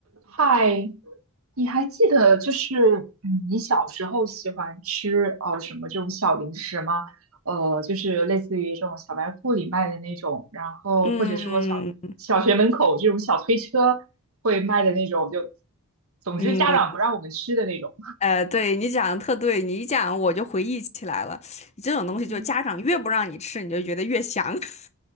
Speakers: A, on the right; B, on the left.
A: 嗨，你还记得就是嗯，你小时候喜欢吃呃什么这种小零食吗？呃，就是类似于这种小卖部里卖的那种，然后或者说小小学门口这种小推车会卖的那种，
B: 嗯
A: 就总之家长不让我们吃的那种。
B: 嗯，呃，对你讲的特对，你一讲我就回忆起来了。这种东西就家长越不让你吃，
A: 嗯
B: 你就觉得越香。<laughs>